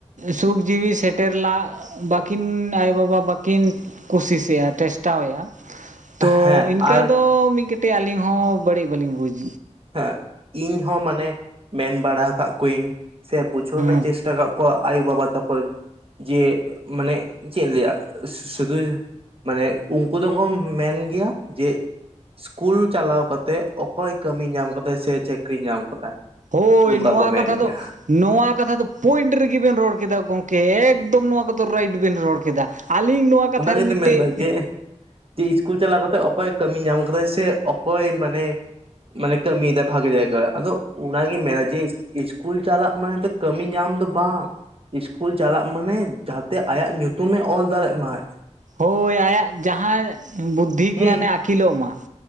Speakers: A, on the right; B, on the right.
A: ᱥᱩᱠ ᱡᱤᱣᱤ ᱥᱮᱴᱮᱨ ᱞᱟᱹᱜ ᱵᱟᱹᱠᱤᱱ ᱟᱭᱳᱵᱟᱵᱟ ᱵᱟᱹᱠᱤᱱ ᱠᱩᱥᱤᱥᱮᱜᱼᱟ ᱴᱮᱥᱴᱟᱣᱮᱜᱼᱟ ᱛᱚ
B: ᱦᱮᱸ
A: ᱤᱱᱠᱟᱹ
B: ᱟᱨ
A: ᱫᱚ ᱢᱤᱫᱠᱟᱴᱤᱡ ᱟᱹᱞᱤᱧ ᱦᱚᱸ ᱵᱟᱹᱲᱤᱡ ᱵᱟᱹᱞᱤᱧ ᱵᱩᱡᱽ
B: ᱦᱮᱸ ᱤᱧ ᱦᱚᱸ ᱢᱟᱱᱮ ᱢᱮᱱ ᱵᱟᱲᱟ ᱠᱟᱜ ᱠᱩᱣᱤᱧ ᱥᱮ ᱵᱩᱡᱷᱟᱹᱣ
A: ᱦᱮᱸ
B: ᱨᱮᱱᱟᱜ ᱤᱧ ᱪᱮᱥᱴᱟ ᱠᱟᱜ ᱠᱚᱣᱟ ᱟᱭᱳᱵᱟᱵᱟ ᱛᱟᱠᱚ ᱡᱮ ᱢᱟᱱᱮ ᱪᱮᱜ ᱤᱧ ᱞᱟᱹᱭᱟ ᱥᱩᱫᱷᱩ ᱢᱟᱱᱮ ᱩᱝᱠᱩ ᱫᱚᱠᱚ ᱢᱮᱱᱜᱮᱭᱟ ᱡᱮ ᱤᱥᱠᱩᱞ ᱪᱟᱞᱟᱣ ᱠᱟᱛᱮᱜ ᱚᱠᱚᱭ ᱾ ᱠᱟᱹᱢᱤ ᱧᱟᱢ ᱠᱟᱫᱟᱭ ᱥᱮ ᱪᱟᱹᱠᱨᱤ ᱧᱟᱢ ᱠᱟᱫᱟᱭ
A: ᱦᱳᱭ
B: ᱱᱚᱝᱠᱟ
A: ᱱᱚᱣᱟ
B: ᱠᱚ ᱢᱮᱱ
A: ᱠᱟᱛᱷᱟ
B: ᱜᱮᱭᱟ
A: ᱫᱚ ᱱᱚᱣᱟ ᱠᱟᱛᱷᱟ ᱫᱚ ᱯᱚᱭᱮᱱᱴ ᱨᱮᱜᱮ ᱵᱮᱱ ᱨᱚᱲ ᱠᱮᱫᱟ ᱜᱚᱝᱠᱮ ᱮᱠᱫᱚᱢ ᱱᱚᱣᱟ ᱠᱚᱫᱚ ᱨᱟᱭᱤᱴ ᱵᱮᱱ ᱨᱚᱲ ᱠᱮᱫᱟ ᱟᱹᱞᱤᱧ ᱱᱚᱣᱟ ᱠᱟᱛᱷᱟ
B: ᱚᱱᱟ
A: ᱨᱮ
B: ᱜᱮᱛᱚᱧ
A: ᱢᱤᱫᱴᱤᱡ
B: ᱢᱮᱱᱫᱟ ᱡᱮ ᱡᱮ ᱤᱥᱠᱩᱞ ᱪᱟᱞᱟᱣ ᱠᱟᱛᱮᱜ ᱚᱠᱚᱭ ᱠᱟᱹᱢᱤ ᱧᱟᱢ ᱠᱟᱫᱟᱭ ᱥᱮ ᱚᱠᱚᱭ ᱢᱟᱱᱮ ᱢᱟᱱᱮ ᱠᱟᱹᱢᱤᱭᱮᱫᱟᱭ ᱵᱷᱟᱜᱮ ᱡᱟᱭᱜᱟ ᱨᱮ ᱟᱫᱚ ᱚᱱᱟᱜᱮ ᱢᱮᱱᱮᱡᱮ ᱤᱥᱠᱩᱞ ᱪᱟᱞᱟᱜ ᱢᱟᱱᱮᱛᱚ ᱠᱟᱹᱢᱤ ᱧᱟᱢ ᱫᱚ ᱵᱟᱝ ᱤᱥᱠᱩᱞ ᱪᱟᱞᱟᱜ ᱢᱟᱱᱮ ᱡᱟᱦᱟᱛᱮ ᱟᱭᱟᱜ ᱧᱩᱛᱩᱢᱮ ᱚᱞ ᱫᱟᱲᱮᱜ ᱢᱟᱭ ᱾
A: ᱦᱳᱭ ᱟᱭᱟᱜ ᱡᱟᱦᱟᱸ ᱵᱩᱫᱽᱫᱷᱤ
B: ᱦᱩᱸ
A: ᱜᱮᱭᱟᱱᱮ ᱟᱹᱠᱤᱞᱚᱜ ᱢᱟ ᱾